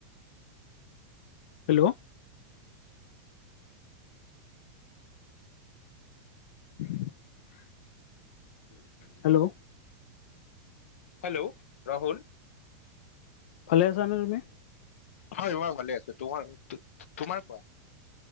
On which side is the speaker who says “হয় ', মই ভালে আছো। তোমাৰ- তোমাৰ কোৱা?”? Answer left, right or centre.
Left